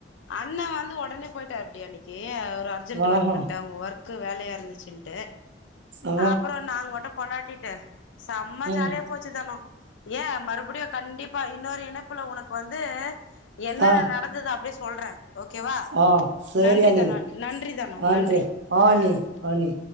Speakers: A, on the left (about 80°); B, on the right (about 70°).
A: அண்ண வந்து ஒடனே போயிட்டாப்டி அன்னக்கி ஏ ஒரு அர்ஜென்ட்டு
B: ஆஹா
A: ஒர்குன்ட்டா அவ்ங் ஒர்க் க்கு வேலையா இருந்துச்சுன்ட்டு
B: ஆ
A: அப்றோ நாங்க மட்டு கொண்டாடிட்டு செம்ம
B: ம்
A: ஜாலியா போச்சு தனோ ஏ மறுபடியு கண்டிப்பா இன்னொரு இணைப்புல ஒனக் கு வந்து என்னன்ன
B: ஆ
A: நடந்தது அப்டே சொ சொல்றே ஓகேவா
B: ஆ சேரி
A: நன்றி
B: அண்ணி
A: தனோ நன்றி தனோ
B: ஆ
A: நன்றி
B: ஆ அண்ணி
A: அஹ்
B: ஆ அண்ணி